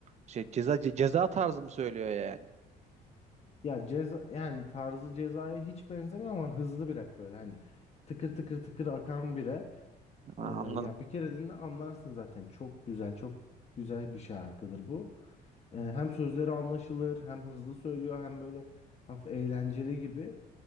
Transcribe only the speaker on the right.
şey ceza ce- ceza tarzı mı söylüyor yani?
Ha,
anladım.